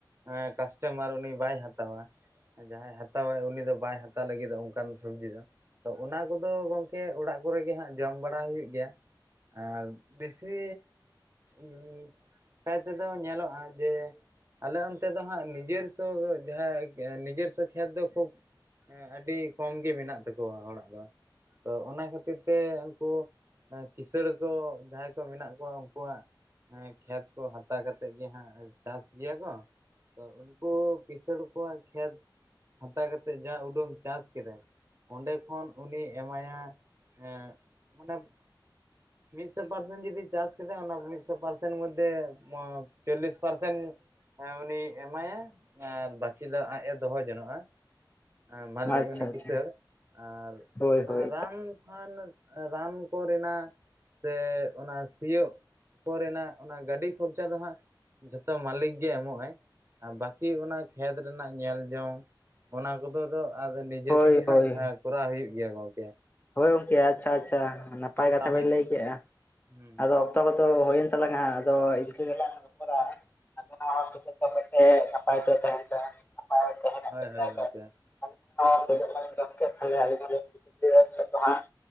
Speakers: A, on the right; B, on the left.
A: ᱦᱮᱸ ᱠᱟᱥᱴᱚᱢᱟᱨ ᱩᱱᱤ ᱵᱟᱭ ᱦᱟᱛᱟᱣᱟ ᱡᱟᱦᱟᱸᱭ ᱦᱟᱛᱟᱣᱟᱭ ᱩᱱᱤ ᱫᱚ ᱵᱟᱭ ᱦᱟᱛᱟᱣ ᱞᱟᱹᱜᱤᱫᱼᱟ ᱚᱱᱠᱟᱱ ᱥᱚᱵᱡᱤ ᱫᱚ ᱛᱚ ᱚᱱᱟ ᱠᱚᱫᱚ ᱜᱚᱢᱠᱮ ᱚᱲᱟᱜ ᱠᱚᱨᱮ ᱜᱮ ᱦᱟᱸᱜ ᱡᱚᱢ ᱵᱟᱲᱟ ᱦᱩᱭᱩᱜ ᱜᱮᱭᱟ ᱟᱨ ᱵᱮᱥᱤ ᱵᱤᱱ ᱵᱤᱯ ᱠᱟᱭ ᱛᱮᱫᱚ ᱧᱮᱞᱚᱜ ᱟ ᱡᱮ ᱟᱞᱮ ᱚᱱᱛᱮ ᱫᱚ ᱦᱟᱸᱜ ᱱᱤᱡᱮᱨ ᱛᱳ ᱡᱟᱦᱟᱸ ᱱᱤᱨᱥᱚ ᱠᱷᱮᱫᱽ ᱫᱚ ᱠᱷᱩᱵ ᱦᱮᱸ ᱟᱹᱰᱤ ᱠᱚᱢ ᱜᱮ ᱢᱮᱱᱟᱜ ᱛᱟᱠᱚᱣᱟ ᱦᱚᱲᱟᱜ ᱫᱚ ᱛᱚ ᱚᱱᱟ ᱠᱷᱟᱹᱛᱤᱨ ᱛᱮ ᱩᱱᱠᱩ ᱠᱤᱥᱬ ᱠᱚ ᱡᱟᱦᱟᱸᱭ ᱠᱚ ᱢᱮᱱᱟᱜ ᱠᱚᱣᱟ ᱩᱱᱠᱩᱣᱟᱜ ᱦᱮᱸ ᱠᱷᱮᱫᱽ ᱠᱚ ᱦᱟᱛᱟᱣ ᱠᱟᱛᱮᱮᱫ ᱜᱮᱦᱟᱸᱜ ᱪᱟᱥ ᱜᱮᱭᱟ ᱠᱚ ᱛᱚ ᱩᱱᱠᱩ ᱠᱤᱥᱟᱺᱬ ᱠᱚᱣᱟᱜ ᱠᱷᱮᱛ ᱦᱟᱛᱟᱣ ᱠᱟᱛᱮ ᱡᱟ ᱩᱰᱩᱝ ᱪᱟᱥ ᱠᱮᱫᱟᱭ ᱚᱸᱰᱮ ᱠᱷᱚᱱ ᱩᱱᱤ ᱮᱢ ᱢᱟᱭᱟ ᱮ ᱢᱟᱱᱮ ᱢᱤᱫᱥᱚ ᱯᱟᱨᱥᱮᱱ ᱡᱚᱫᱤ ᱪᱟᱥ ᱠᱮᱫᱟ ᱚᱱᱟ ᱢᱤᱫᱥᱚ ᱯᱟᱨᱥᱮᱱ ᱢᱚᱫᱫᱮ ᱪᱚᱞᱞᱤᱥ ᱯᱟᱨᱥᱮᱱ ᱮ ᱩᱱᱤ ᱮᱢᱟᱭᱟ ᱟᱨ ᱵᱟᱹᱠᱤ ᱫᱚ ᱟᱡᱼ ᱮ ᱫᱚᱦᱚ ᱡᱚᱱᱚᱜᱼᱟ᱾ ᱮ ᱢᱟᱞᱤ
B: ᱟᱪᱪᱷᱟ
A: ᱩᱱᱤ
B: ᱟᱪᱪᱷᱟ
A: ᱠᱤᱥᱟᱹᱲ ᱟᱨ
B: ᱦᱳᱭ
A: ᱚᱱᱟ
B: ᱦᱳᱭ
A: ᱨᱟᱱ ᱠᱷᱟᱱ ᱨᱟᱱ ᱠᱚ ᱨᱮᱱᱟᱜ ᱥᱮ ᱚᱱᱟ ᱥᱤᱭᱚᱜ ᱠᱚᱨᱮᱱᱟᱜ ᱚᱱᱟ ᱜᱟᱹᱰᱤ ᱠᱷᱚᱨᱪᱟ ᱫᱚ ᱦᱟᱸᱜ ᱡᱚᱛᱚ ᱢᱟᱹᱞᱤᱠ ᱜᱮ ᱮᱢᱚᱜ ᱟᱭ ᱟᱨ ᱵᱟᱟᱹᱠᱤ ᱚᱱᱟ ᱠᱷᱮᱛ ᱨᱮᱱᱟᱜ ᱧᱮᱞ ᱡᱚᱝ ᱚᱱᱟ ᱠᱚᱫᱚ ᱟᱫᱚ ᱟᱫᱚ ᱱᱤᱡᱮ
B: ᱦᱳᱭ
A: ᱛᱮᱜᱮ
B: ᱦᱳᱭ
A: ᱦᱟᱸᱜ ᱠᱚᱨᱟᱣ ᱦᱩᱭᱩᱜ ᱜᱮᱭᱟ ᱜᱚᱢᱠᱮ
B: ᱦᱳᱭ ᱜᱚᱝᱠᱮ ᱟᱪᱷᱟ ᱟᱪᱷᱟ ᱱᱟᱯᱟᱭ ᱠᱟᱛᱷᱟ
A: ᱠᱟᱹᱢᱤᱱ
B: ᱵᱮᱱ ᱞᱟᱹᱭ ᱠᱮᱫᱼᱟ
A: ᱦᱩᱸ
B: ᱟᱫᱚ ᱚᱠᱛᱚ ᱠᱚ ᱫᱚ ᱦᱳᱭᱮᱱ ᱛᱟᱞᱟᱝᱟ ᱟᱫᱚ ᱤᱱᱠᱟ. ᱜᱮᱞᱟᱝ ᱨᱚᱯᱚᱲᱟ <inaudible> ᱱᱟᱯᱟᱭ ᱛᱮ ᱛᱟᱦᱮᱱ ᱯᱮ ᱱᱟᱯᱟᱭ ᱛᱟᱦᱮᱱ ᱨᱮᱱᱟᱜ
A: ᱦᱳᱭ
B: ᱪᱮᱥᱴᱟᱭᱟ
A: ᱦᱳᱭ ᱜᱚᱝᱠᱮ
B: ᱯᱮ ᱟᱫᱚ ᱠᱷᱟᱱ ᱛᱤᱱᱟ. ᱜ ᱠᱷᱟᱱ ᱜᱚᱢᱠᱮ <inaudible> ᱦᱤᱛᱚᱜ ᱫᱚ ᱦᱟᱜ